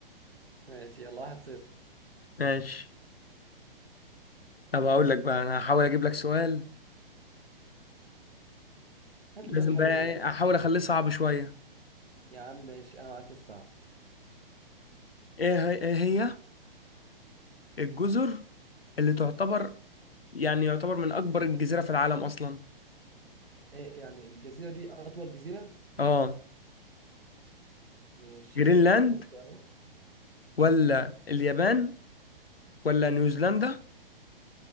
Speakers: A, on the right; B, on the left.
A: ماشي يلا واحد صفر
B: ماشي طب هقول لك بقى أنا هحاول أجيب لك سؤال
A: هات
B: لازم
A: لي سؤال حلو
B: بقى
A: كده
B: إيه، أحاول أخليه صعب شوية
A: يا عم ماشي انا معاك في الصعب
B: إيه هي إيه هي الجزر اللي تعتبر يعني يعتبر من أكبر الجزيرة في العالم أصلا؟
A: ايه يعني الجزيرة دي أطول جزيرة
B: آه
A: ماشي
B: جرينلاند
A: اديني اختيارات
B: ولا اليابان ولا نيوزيلندا